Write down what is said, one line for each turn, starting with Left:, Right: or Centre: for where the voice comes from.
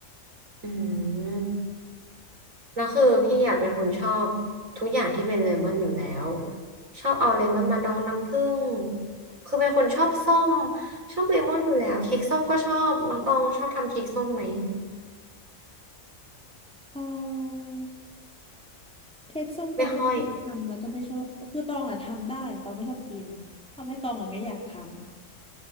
Right: อืมแล้วคือพี่อ่ะเป็นคนชอบทุกอย่างที่เป็นเลมอนอยู่แล้ว ชอบเอาเลมอนมาดองน้ำผึ้ง คือเป็นคนชอบส้มชอบเลมอนอยู่แล้วเค้กส้มก็ชอบน้องตองชอบทำเค้กส้มไหม
Centre: ๆเอ่อเค้กส้มตองไม่ชอบทำแล้วก็ไม่ชอบคือตองอะทำได้ตองไม่ชอบกินทำให้ตองอะไม่อยากท
Right: ไม่ค่อย
Centre: ำ